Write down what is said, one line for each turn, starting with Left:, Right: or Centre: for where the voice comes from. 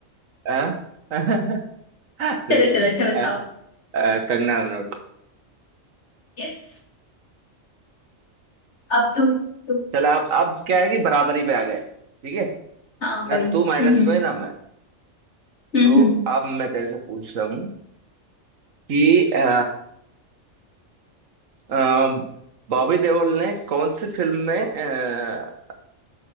Right: हाँ? <laughs> नहीं
Left: चलो चलो अच्छा
Right: अ,
Left: बताओ
Right: अ, कंगना रनौत
Left: यस अब तुम तुम
Right: चल आप अब क्या है कि बराबरी पे आ गए ठीक है
Left: हाँ
Right: ना
Left: भाई
Right: तू माइनस
Left: हम्म
Right: में ना मैं
Left: हम्म
Right: तो
Left: हम्म
Right: अब मैं तेरे से पूछ रहा हूँ कि अ, अ, बॉबी देओल ने कौन सी फिल्म में अ,